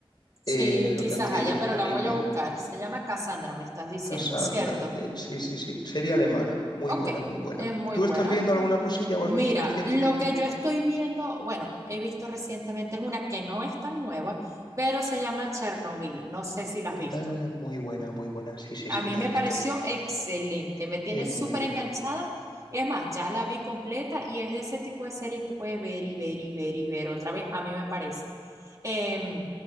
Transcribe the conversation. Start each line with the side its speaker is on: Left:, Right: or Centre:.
Right: sí,
Left: eh, lo
Right: quizás
Left: tendréis
Right: haya,
Left: disponible.
Right: pero la voy a buscar. Se llama Cassandra, me estás diciendo,
Left: Cassandra.
Right: ¿cierto?
Left: eh, sí, sí, sí. Serie alemana. Muy
Right: Ok,
Left: buena, muy buena.
Right: es muy
Left: ¿Tú
Right: buena.
Left: estás viendo
Right: Ay, qué
Left: alguna
Right: bueno.
Left: cosilla o
Right: Mira,
Left: has visto recientemente?
Right: lo que yo estoy viendo, bueno, he visto recientemente es una que no es tan nueva, pero se llama Chernobyl. No sé si la has visto.
Left: Eh, muy buena, muy buena. Sí, sí,
Right: A
Left: sí,
Right: mí
Left: la
Right: me
Left: he visto.
Right: pareció excelente, me tiene
Left: Es
Right: súper
Left: muy buena.
Right: enganchada. Y es más, ya la vi completa y es de ese tipo de series que puedes ver y ver y ver y ver otra vez, a mí me parece. Eh,